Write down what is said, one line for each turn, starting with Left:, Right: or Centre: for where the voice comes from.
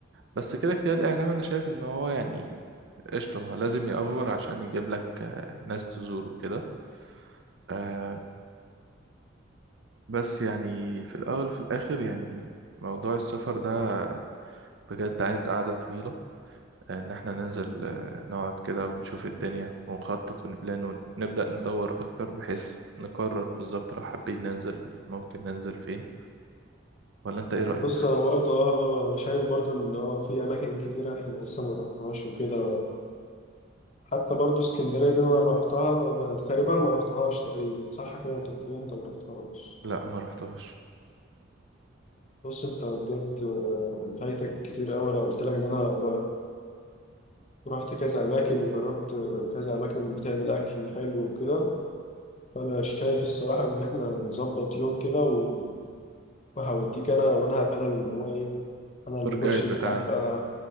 Right: بس كده كده الإعلام أنا شايف إن هو يعني قشطة ما هو لازم يأفور عشان يجيب لك آه، ناس تزور وكده آه بس يعني في الأول وفي الآخر يعني موضوع السفر ده بجد عايز قعدة طويلة ان احنا ننزل آه، نقعد كده ونشوف الدنيا ونخطط ونبلان ونبدأ ندور اكتر بحيث نقرر بالظبط لو حابين ننزل ممكن ننزل فين ولا انت ايه رأيك
Left: بص انا برضه اه انا شايف برضه ان اه في اماكن كتيرة احنا لسه ما رحناهاش وكده حتى برضه اسكندرية دي انا رحتها ولا انت تقريبا ما رحتهاش تقريبا صح كده انت بتقول انت ما رحتهاش
Right: لا ما رحتهاش
Left: بص انت بجد آه، فايتك كتير قوي انا قلت لك ان انا رحت كذا أماكن وجربت كذا أماكن بتعمل أكل حلو وكده فأنا شايف الصراحة إن إحنا نظبط يوم كده و- وهوديك أنا وأنا هبقى أنا اللي هو إيه أنا
Right: تور
Left: المرشد
Right: جايد بتاعنا
Left: بتاعك بقى